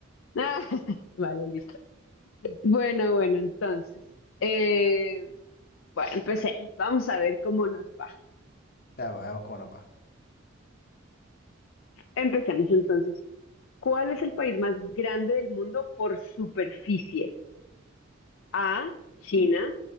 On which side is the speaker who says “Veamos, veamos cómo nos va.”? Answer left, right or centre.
Left